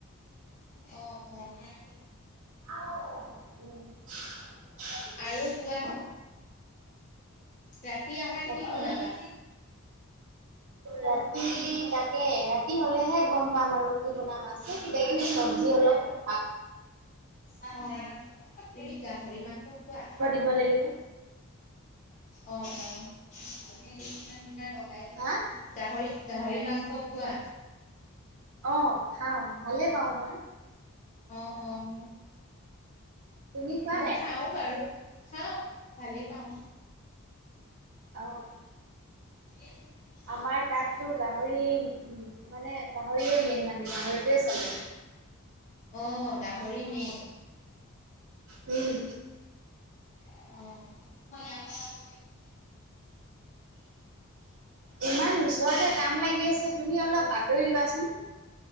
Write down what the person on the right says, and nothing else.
<unintelligible>
বাকী
ৰাতি তাকে, ৰাতি হ'লেহে গম পাম আৰু কি বনাম আছে কিবা কিবি চব্জি অলপ। <inaudible>
<unintelligible> লাগিব।
হা
অ', খাওঁ ভালে পাওঁ মই।
তুমি খোৱা
নাই?
অ'।
আমাৰ তাততো গাহৰি মানে, গাহৰিয়ে মেইন মানে গাহৰিটোৱে চলে।
উম।
ইমান ওচৰতে কাম লাগি আছে তুমি অলপ আঁতৰি লোৱাচোন।